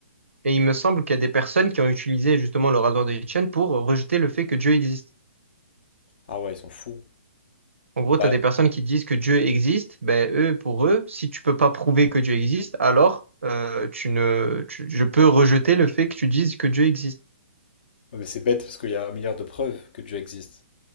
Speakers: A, on the right; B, on the left.
A: et il me semble qu'il y a des personnes qui ont utilisé justement le rasoir de Hitchens pour rejeter le fait que Dieu existe.
B: Ah ouais, ils sont fous.
A: En gros,
B: Bah,
A: tu as des personnes qui disent que Dieu existe, ben eux, pour eux, si tu peux pas prouver que Dieu existe, alors euh, tu ne, tu- je peux rejeter le fait que tu dises que Dieu existe.
B: ouais, mais c'est bête parce qu'il y a un milliard de preuves que Dieu existe.